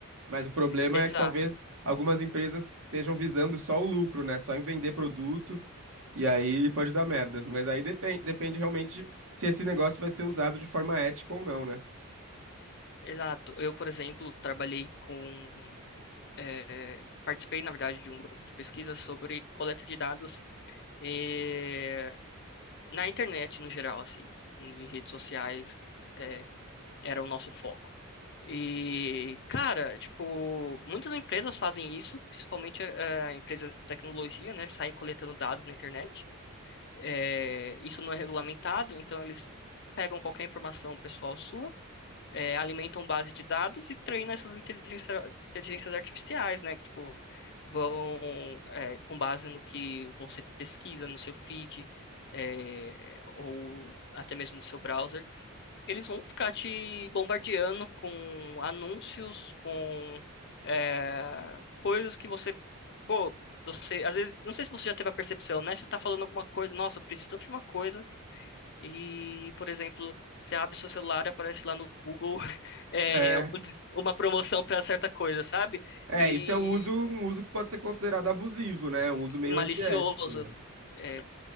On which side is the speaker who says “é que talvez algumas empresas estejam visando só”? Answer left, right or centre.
Right